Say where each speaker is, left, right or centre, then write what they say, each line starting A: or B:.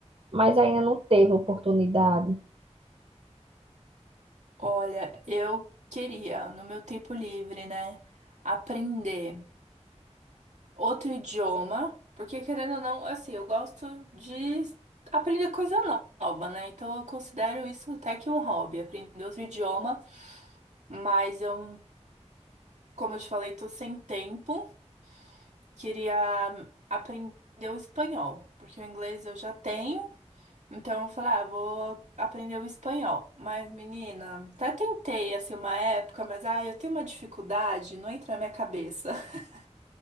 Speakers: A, on the right; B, on the right.
A: mas ainda não teve oportunidade?
B: Olha, eu queria, no meu tempo livre, né, aprender. outro idioma, porque querendo ou não, assim, eu gosto de aprender coisa nova, né? Então eu considero isso até que um hobby, aprender outro idioma, mas eu, como eu te falei, tô sem tempo, queria aprender o espanhol, porque o inglês eu já tenho. Então eu falei, ah, vou aprender o espanhol. Mas, menina, até tentei assim uma época, mas ah, eu tenho uma dificuldade, não entra na minha cabeça. <laughs>